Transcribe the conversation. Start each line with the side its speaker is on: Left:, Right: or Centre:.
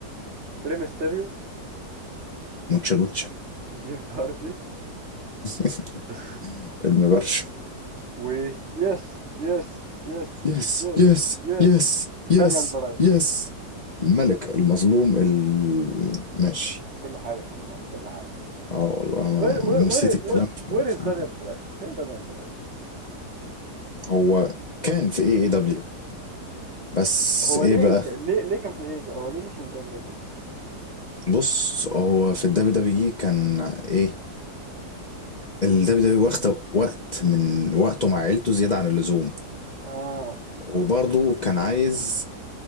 Right: ريمستيريو
Left: مونشا لوتشا
Right: جيف هاردي
Left: <laughs>
Right: <laughs>
Left: المبرشم
Right: و يس يس يس
Left: يس
Right: يس
Left: يس
Right: يس
Left: يس يس
Right: دانيال مم. براين
Left: يس الملك المظلوم ال... ماشي
Right: كل حاجة والله كل حاجة
Left: اه والله ما
Right: وير وير
Left: نسيت الكلام
Right: وير
Left: فعلا-
Right: وير
Left: فعلا
Right: از دانيال
Left: كده.
Right: براين فين دانيال براين
Left: هو كان في اي اي دبليو بس
Right: هو
Left: ايه
Right: ليه
Left: بقى
Right: ك- ليه ليه كان في ايه ده هو ليه مشي من دانيال براين
Left: بص هو في الدبليو دبليو اي كان ايه الدبليو دبليو واخد وقت من وقته مع عيلته زياده عن اللزوم
Right: اه
Left: وبرضه كان عايز